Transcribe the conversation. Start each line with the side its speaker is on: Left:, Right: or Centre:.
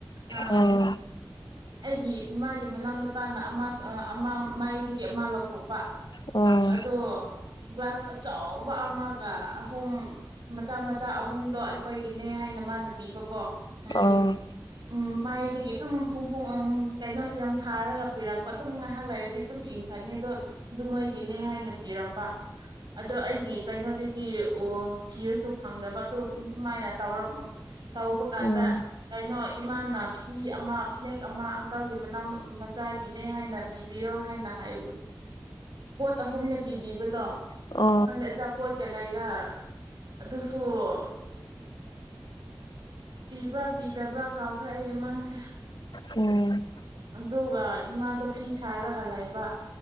Right: ꯑ
Left: ꯑꯣ
Right: ꯑꯩꯒꯤ ꯏꯃꯥ ꯃꯅꯥꯎ ꯅꯨꯄꯥꯅ ꯑꯃ ꯑ ꯑꯃ ꯃꯥꯏꯗꯒꯤ ꯑꯃ ꯂꯧꯊꯣꯛ
Left: ꯑꯣ
Right: ꯑꯗꯣ ꯒ꯭ꯂꯥꯁ ꯑꯆꯧꯕ ꯑꯃꯒ ꯑꯍꯨꯝ ꯃꯆꯥ ꯃꯆꯥ ꯑꯍꯨꯝꯗꯣ ꯑꯩꯈꯣꯏ ꯅꯦ ꯍꯥꯏꯅ ꯃꯥ ꯄꯤꯕꯀꯣ ꯎ
Left: ꯑ
Right: ꯎ ꯃꯥꯏꯗꯒꯤ ꯑꯗꯨꯝ ꯈꯣꯡ ꯐꯣꯡ ꯀꯩꯅꯣꯁ ꯌꯥꯝ ꯁꯥꯔꯒ ꯄꯤꯔꯛꯄ ꯑꯗꯨꯝ ꯉꯥꯏꯍꯥꯛ ꯂꯩꯥꯏꯔꯗꯤ ꯑꯗꯨꯝ ꯏꯪ ꯆꯅꯤ ꯑꯗꯨꯣ ꯑꯗꯨ ꯃꯣꯏꯒꯤꯅꯦ ꯍꯥꯏꯅ ꯄꯤꯔꯝꯕ ꯑꯗꯣ ꯑꯩꯒꯤ ꯀꯩꯅꯣꯗꯗꯤ ꯑꯣ ꯊꯤꯔꯁꯨ ꯐꯪꯗꯕ ꯑꯗꯨ ꯑꯗꯨꯃꯥꯏꯅ ꯇꯧꯔꯛꯄ ꯇꯧꯕ ꯀꯥꯟꯗ
Left: ꯎꯝ
Right: ꯀꯩꯅꯣ ꯏꯃꯥꯅ ꯆ ꯑꯃ ꯐꯅꯦꯛ ꯑꯃ ꯑꯪꯀꯜꯒꯤ ꯃꯅꯥꯎ ꯃꯆꯥꯒꯤꯅꯦ ꯍꯥꯏꯅ ꯄꯤꯕꯤꯌꯣ ꯍꯥꯏꯅ ꯍꯥꯏ ꯄꯣꯠ ꯑꯍꯨꯝꯅ ꯄꯤꯕꯤꯕꯗꯣ
Left: ꯑ
Right: ꯈꯪꯗꯦ ꯑꯆꯥꯄꯣꯠ ꯀꯩꯀꯩꯒ ꯑꯗꯨꯁꯨ <inaudible> ꯄꯤꯕ꯭ꯔꯥ ꯄꯤꯗꯕ꯭ꯔꯥ ꯀꯥꯎꯈ꯭ꯔꯦ ꯑꯩꯒꯤ ꯃꯪꯁꯦ
Left: ꯎꯝ
Right: ꯑꯗꯨꯒ ꯏꯃꯥꯗꯣ ꯐꯤ ꯁꯥꯔꯒ ꯂꯩꯕ